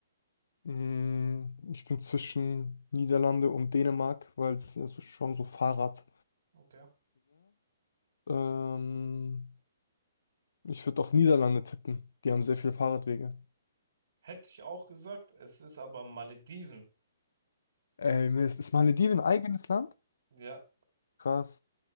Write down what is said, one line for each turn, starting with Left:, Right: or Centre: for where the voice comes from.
Left: Mm, Ich bin zwischen Niederlande und Dänemark, weil es ist schon so Fahrraddinger.
Right: Okay.
Left: Ähm, ich würde auf Niederlande tippen. Die haben sehr viele Fahrradwege.
Right: Hätte ich auch gesagt, es ist aber Malediven.
Left: Ey, Mist. Ist Malediven
Right: Sind,
Left: ein eigenes Land?
Right: ja,
Left: Krass.